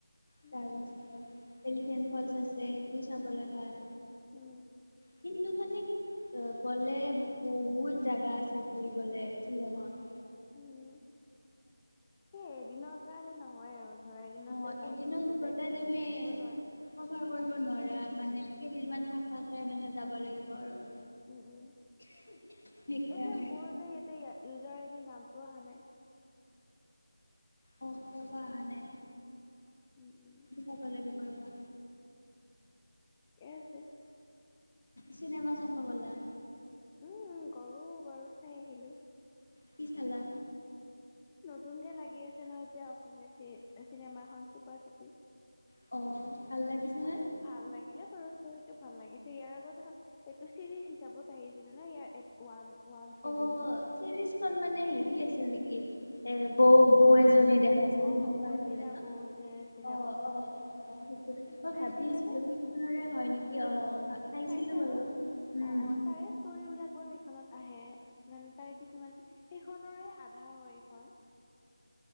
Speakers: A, on the left (about 60°); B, on the left (about 15°).
A: চাল
B: উম
A: <unintelligible> এলিফেণ্ট ফলচ আছে সেইটোও চাবলৈ ভাল।
B: উম
A: কিন্তু মানে। গলে বহুত জাগা আছে ফুৰি গলে শ্বিলংত।
B: উ। সেই এদিনৰ কাৰণে নহয়। হয় আৰু। চৰাই দিনত
A: অ
B: ত যাই
A: এদিনত
B: তুমি গোটাই
A: গ'লে
B: চাই
A: তুমি
B: আহিব নোৱাৰা।
A: কৰিব নোৱাৰা মানে কেইদিনমান থাকাকে এনেকে যাব লাগিব আৰু।
B: উম উম
A: সেইকাৰণে
B: এতিয়া মোৰ যে ইয়াতে ইয়াত। ইউজাৰ আইদিৰ নামটো অহা নাই।
A: অ কিয় বা অহা নাই।
B: উম উম
A: চাব লাগিব ৰ'বা।
B: এ আছে।
A: চিনেমা চাব গলা।
B: উম গলো বাৰু চাই আহিলো।
A: কি খালা।
B: নতুনকে লাগি আছে ন এতিয়া অসমীয়া চি চিনেমাখনন চুপা চুপি।
A: অ। ভাল লাগিছেনে
B: ভা ভাল লাগিলে। ষ্টৰিটো ভাল লাগিছে ইয়াৰ আগত এইটো চিৰিজ হিচাপত আহিছিলে ন ইয়াৰ ওৱান ওৱান চিজন
A: অ
B: টো।
A: মানে হেৰি আছিল নেকি এ বৌ বৌ। জন দেখাইছিল
B: অ
A: সেনেকুৱা
B: উৰ্মিলা
A: আছিলে ন
B: বৌ যে আছিলে
A: অ অ অ অ
B: চাইছিলানে
A: ভাবিসিলো হেইখনৰে। হয় নেকি, অ। চাইছিলো
B: চাইছা
A: বাৰু
B: ন,
A: উম
B: অ অ তাৰে ষ্টৰিবিলাক বৰ খনত আহে মানে তাৰে কিছুমান সেইখনৰে আধা হয় এইখন।